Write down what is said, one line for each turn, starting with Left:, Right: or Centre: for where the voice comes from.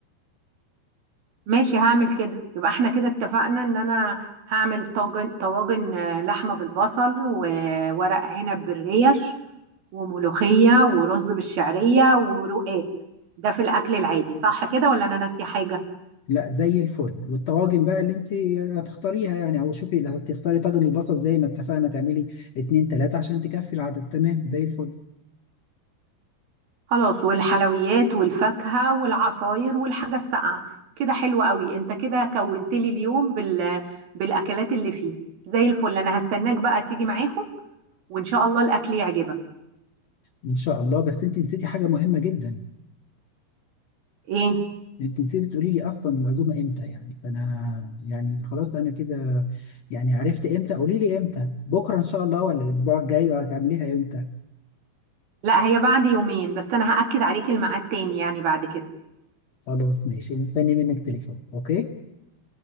Right: ماشي هعمل كده يبقى احنا كده اتفقنا ان انا هعمل طاجن طواجن آه، لحمة بالبصل وورق عنب بالريش وملوخية ورز بالشعرية ورقاق ده في الأكل العادي صح كده ولا أنا ناسية حاجة؟
Left: لا زي الفل والطواجن بقى اللي انت هتختاريها يعني او شوفي اللي هتختاري طاجن البصل زي ما اتفقنا تعملي اتنين تلاته عشان تكفي العدد تمام زي الفل
Right: خلاص والحلويات والفاكهة والعصاير والحاجة الساقعة كده حلو قوي انت كده كونت لي اليوم بال... بالأكلات اللي فيه زي الفل انا هستناك بقى تيجي معاهم وان شاء الله الأكل يعجبك
Left: ان شاء الله بس انت نسيتي حاجه مهمه جدا
Right: ايه
Left: انت نسيتي تقولي لي اصلا العزومه امتى يعني فانا يعني خلاص انا كده يعني عرفت امتى قولي لي امتى بكره ان شاء الله ولا الاسبوع الجاي ولا هتعمليها امتى
Right: لا هي بعد يومين بس انا هأكد عليك الميعاد تاني يعني بعد كده
Left: خلاص ماشي مستني منك تليفون اوكي